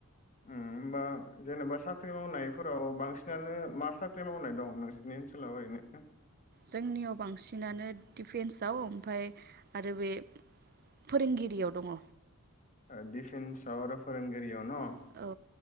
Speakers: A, on the left; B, on the right.
A: उम होमबा जेनेबा साख्रि मावनायफोराव बांसिनानो मा साख्रि मावनाय दं नोंसोरनि ओनसोलाव ओरैनो
B: जोंनियाव बांसिनानो डिफेन्सआव ओमफाय आरो बे फोरोंगिरियाव दङ'
A: ओ डिफेन्सआव आरो फोरोंगिरियाव न'
B: औ